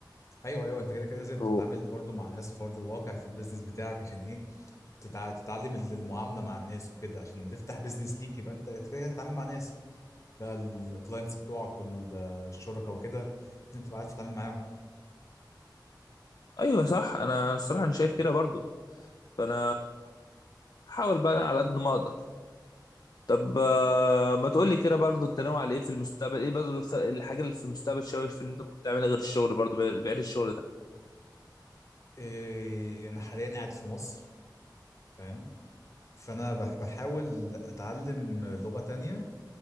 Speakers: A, on the left; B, on the left.
A: ايوه ايوه انت كده كده لازم تتعامل
B: أوه.
A: برضو مع ناس في ارض الواقع في البيزنس بتاعك عشان ايه تتع... تتعلم ال- المعامله مع الناس وكده عشان لما تفتح بيزنس ليك يبقى انت أنت كده كده هتتعامل مع ناس بقى الكلاينتس بتوعك والشركاء وكده لازم تبقى عارف تتعامل معاهم
B: ايوه صح انا الصراحه انا شايف كده برضه فانا هحاول بقى على قد ما اقدر طب آه، ما تقول لي كده برضه انت ناوي على ايه في المستقبل ايه برضه الخ- الحاجه اللي في المستقبل شايف ان انت ممكن تعملها غير الشغل برضه بعيد الشغل
A: إيه انا حاليا قاعد في مصر فاهم فانا بح- بحاول اتعلم لغه تانية